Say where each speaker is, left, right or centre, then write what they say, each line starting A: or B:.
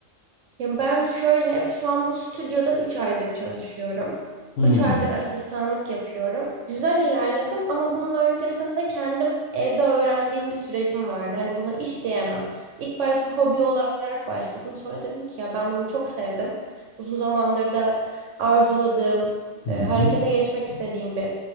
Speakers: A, on the right; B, on the left.
A: Ya ben şöyle şu an bu stüdyoda 3 aydır çalışıyorum.
B: Hmm.
A: üç aydır asistanlık yapıyorum. Güzel ilerledim ama bunun öncesinde kendim evde öğrendiğim bir sürecim vardı. Hani buna iş diyemem. İlk başta hobi olarak başladım. Sonra dedim ki ya ben bunu çok sevdim. Uzun zamandır da arzuladığım,
B: Hı
A: e,
B: hı.
A: harekete geçmek istediğim bir